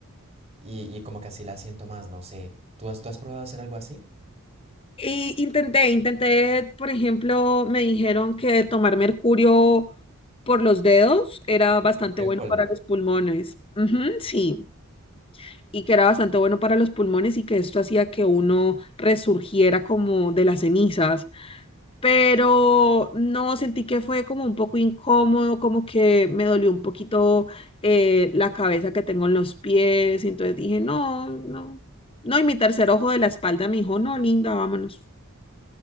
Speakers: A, on the right; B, on the left.
A: Y, y como que así la siento más, no sé. ¿Tú has, tú has probado hacer algo así?
B: Y intenté, intenté, por ejemplo, me dijeron que tomar mercurio por los dedos era bastante
A: Pero
B: bueno
A: en polvo.
B: para los pulmones. Ujú, sí, y que era bastante bueno para los pulmones y que esto hacía que uno resurgiera como de las cenizas. Pero no, sentí que fue como un poco incómodo, como que me dolió un poquito eh, la cabeza que tengo en los pies. Y entonces dije, no, no, no. Y mi tercer ojo de la espalda me dijo, no, linda, vámonos.